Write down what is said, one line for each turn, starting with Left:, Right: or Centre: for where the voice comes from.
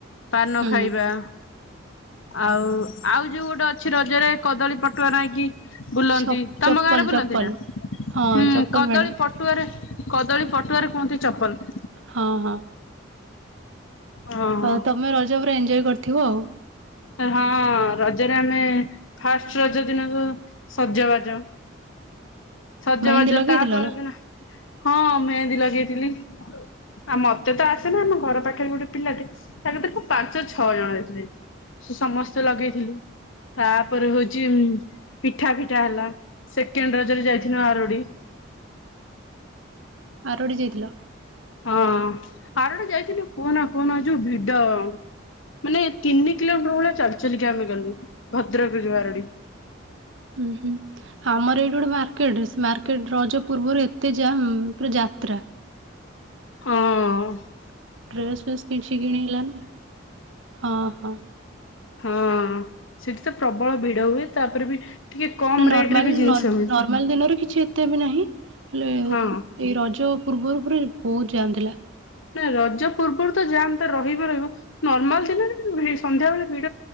Left: ପାନ
Right: ହୁଁ
Left: ଖାଇବା। ଆଉ ଆଉ ଯୋଉ ଗୋଟେ ଅଛି ରଜରେ କଦଳୀ ପଟୁଆ ନଇ କି ବୁଲନ୍ତି
Right: ଚପ୍
Left: ତମ
Right: ଚପଲ
Left: ଗାଁରେ ବୁଲନ୍ତି
Right: ଚପଲ।
Left: ନାଁ
Right: ହଁ
Left: ହୁଁ
Right: ଚପଲ
Left: କଦଳୀ
Right: ମାଡି
Left: କଦଳୀ ପଟୁଆରେ କୁହନ୍ତି ଚପଲ।
Right: ହଁ ହଁ।
Left: ଓହୋ।
Right: ଆଉ ତମେ ରଜ ଜ ପୁରା ଏଞ୍ଜୟ କରିଥିବ ଆଉ।
Left: ହଁ ରଜରେ ଆମେ ଫାଷ୍ଟ ରଜ ଦିନକୁ ସଜବାଜ। ସଜବାଜ
Right: ମେହେନ୍ଦୀ ଲଗେଇଥିଲ
Left: ତା ପରଦିନ,
Right: ନା
Left: ହଁ ମେହେନ୍ଦି ଲଗେଇ ଆ ମତେ ତ ଆସେନା ଆମ ଘର ପାଖରେ ଗୋଟେ ପିଲାଟେ ତା କତିକୁ ପାଞ୍ଚ ଛଅ ଜଣ ଯାଇଥିଲେ। ସୋ ସମସ୍ତେ ଲଗେଇଥିଲୁ। ତାପରେ ହୋଉଚି ପିଠା ପିଠା ହେଲା। ସେକେଣ୍ଡ ରଜରେ ଯାଇଥିଲୁ ଆରଡ଼ି।
Right: ଆରଡ଼ି ଯାଇଥିଲ?
Left: ହଁ ଆରଡି ଯାଇଥିଲୁ କୁହନା କୁହନା ଯୋଉ ଭିଡ ମାନେ ତିନି କିଲୋମିଟର ଭଳିଆ ଚାଲି ଚାଲିକା ଆମେ ଗଲୁ ଭଦ୍ରକରେ ଯୋଉ ଆରଡି।
Right: ଉଁ ହୁଁ ଆମର ଏଇଠି ଗୋଟେ ମାର୍କେଟ ସେ ମାର୍କେଟ ରଜ ପୂର୍ବରୁ ଏତେ ଜାମ ପୁରା ଯାତ୍ରା।
Left: ହଁ।
Right: ଡ୍ରେସ୍ ଫେସ୍ କିଛି କିଣିଲନି। ହଁ ହଁ।
Left: ହଁ ସେଠି ତ ପ୍ରବଳ ଭିଡ଼ ହୁଏ, ତାପରେ ବି ଟିକେ କମ
Right: ନା ନର୍ମାଲ
Left: ରେଟ ରେ ବି ଜିନିଷ
Right: ନର୍
Left: ମିଳେ।
Right: ନର୍ମାଲ ଦିନରେ କିଛି ଏତେ ବି ନାହିଁ, ହେଲେ ଏଇ
Left: ହଁ
Right: ରଜ ପୂର୍ବରୁ ପୁରା ପୋଜ୍ ଜାମ୍ ଥିଲା।
Left: ନାଁ ରଜ ପୂର୍ବରୁ ତ ଜାମତା ରହିବ ରହିବ ନର୍ମାଲ ଦିନରେ ବି ସନ୍ଧ୍ୟାବେଳେ ଭି